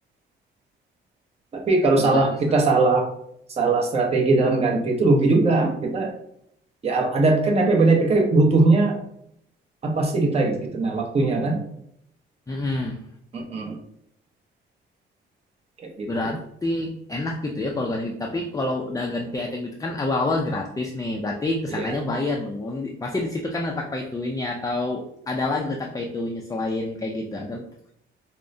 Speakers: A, on the right (about 30°); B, on the left (about 15°).
A: tapi kalau
B: Kalau
A: salah
B: ganti
A: kita
B: status.
A: salah salah strategi dalam ganti itu rugi juga kita ya ada kan tapi benar-benar kan butuhnya apa sih kita gitu, gitu. nah waktunya kan
B: Mm-mm.
A: Mm-mm. kayak gitu
B: Berarti enak gitu ya kalau ganti gitu. Tapi kalau udah ganti item gitu kan awal-awal gratis nih. Berarti kesananya
A: Iya,
B: bayar dong. Di- Pasti di situ kan letak pay to win-nya atau ada lagi letak pay to win-nya selain kayak gitu. Ada letak.